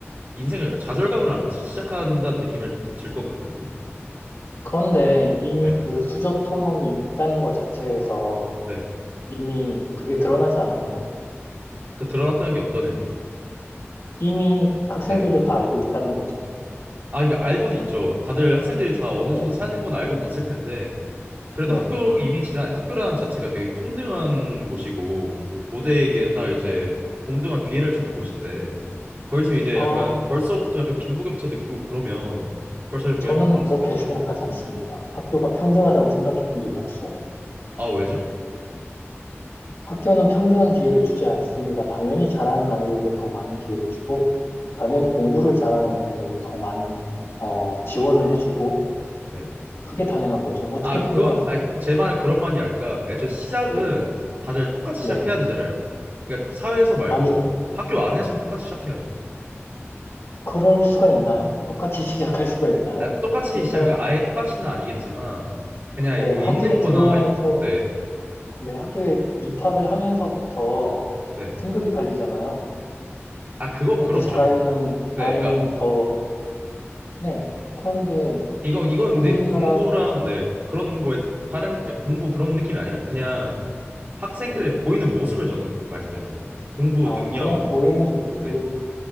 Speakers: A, on the right; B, on the left.
A: 인생을 약간 좌절감을 안고 시작한다는 느낌을 들 것 같거든요.
B: 그런데 이미
A: 네,
B: 그 수저 토론이 있다는 것 자체에서
A: 네.
B: 이미 그게 드러나지 않았나요?
A: 그 드러났다는 게 어떤 의미죠?
B: 이미 학생들도
A: 네.
B: 다 알고 있다는 거죠.
A: 아, 그러니까 알고는 있죠. 다들 학생들이 다 어느
B: 네.
A: 정도 사는 건 알고는 있을 텐데 그래도
B: 네.
A: 학교 이미 지난 학교라는 자체가 되게 평등한 곳이고 모두에게 다 이제 공정한 기회를 주는 곳인데 거기서 이제
B: 아,
A: 약간 벌써부터 약간 빈부격차 느끼고 그러면 벌써 그냥
B: 저는
A: 형평성에
B: 그렇게
A: 좀
B: 생각하지 않습니다. 학교가 평등하다고 생각해 본 적이 없어요.
A: 아 왜죠?
B: 학교는 평등한 기회를 주지 않습니다. 당연히 잘하는 아이에게 더 많은 기회를 주고, 당연히 공부를 잘하는 아이에게 더 많은, 어, 지원을 해주고,
A: 네.
B: 그게 당연한 거죠. 어떻게
A: 아
B: 평등할
A: 그건
B: 수가
A: 아니
B: 있죠?
A: 제 말은 그런 말이 아니라 애초에 시작은
B: 네,
A: 다들 똑같이
B: 네.
A: 시작해야 되잖아요. 그러니까 사회에서 말고
B: 아니,
A: 학교 안에서는 똑같이 시작해야죠.
B: 그럴 수가 있나요? 똑같이 <laughs> 시작할 수가 있나요?
A: 아, 똑같이
B: 일단,
A: 시작 그러니까 아예 똑같이는 아니겠지만 그냥
B: 네,
A: 뭐
B: 학교에
A: 입는 거나
B: 들어오면서,
A: 네.
B: 네, 학교에 입학을 하면서부터
A: 네.
B: 등급이 갈리잖아요.
A: 아 그건
B: 공부
A: 그렇죠.
B: 잘하는
A: 네.
B: 아이는
A: 그러니까
B: 더 네. 그런데
A: 이건 이건
B: 우리나라,
A: 근데 공부랑 네. 그런 거에 다른 게 공부 그런 느낌이 아니라 그냥 학생들의
B: 네.
A: 보이는 모습을 저는 말씀드린 거거든요. 공부
B: 아,
A: 능력,
B: 그냥 보이는 모습
A: 네.